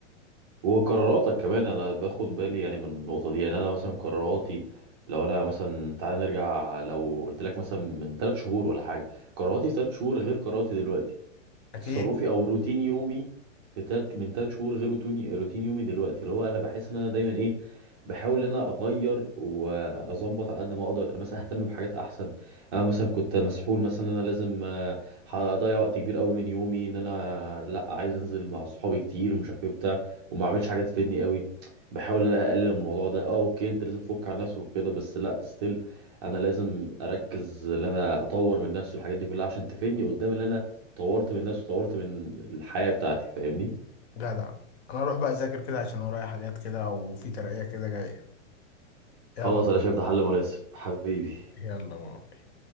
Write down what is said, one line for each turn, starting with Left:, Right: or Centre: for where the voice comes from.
Right: وقراراتك كمان انا باخد بالي يعني من النقطه دي يعني انا مثلا قراراتي لو انا مثلا تعالى نرجع لو قلت لك مثلا من ثلاث شهور ولا حاجه قراراتي في ثلاث شهور غير قراراتي دلوقتي
Left: اكيد
Right: تصرفي او روتين يومي في تلت من ثلاث شهور غير روتين روتين يومي دلوقتي اللي هو انا بحس ان انا دايما ايه بحاول ان انا اغير واظبط على قد ما اقدر يعني مثلا اهتم بحاجات احسن انا مثلا كنت مسحول مثلا ان انا لازم آه، هضيع وقت كبير قوي من يومي ان انا لا عايز انزل مع اصحابي كتير ومش عارف ايه وبتاع وما اعملش حاجه تفيدني قوي بحاول ان انا اقلل الموضوع ده اه اوكي انت لازم تفك على نفسك وكده بس لا ستيل انا لازم اركز ان انا اطور من نفسي والحاجات دي كلها عشان تفيدني قدام ان انا طورت من نفسي طورت من الحياة بتاعتي فاهمني
Left: جدع انا اروح بقى اذاكر كده عشان ورايا حاجات كده وفي ترقية كده جاية يلا
Right: خلاص انا شايف ده حل مناسب حبيبي
Left: يلا بقى.